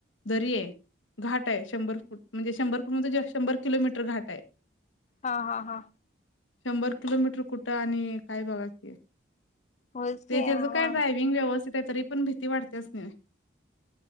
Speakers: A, on the left; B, on the left.
A: दरी ये. घाट आहे म्हणजे शंभर फूट म्हणजे शंभर <unintelligible> शंभर किलोमीटर घाट हाय.
B: हा, हा, हा.
A: शंभर किलोमीटर कुठं आणि काय बघा की.
B: होयच
A: ते
B: की
A: त्याचं
B: आवा
A: काय ड्रायव्हिंग व्यवस्थित हाय तरी पण भीती वाढत्याच की नाही?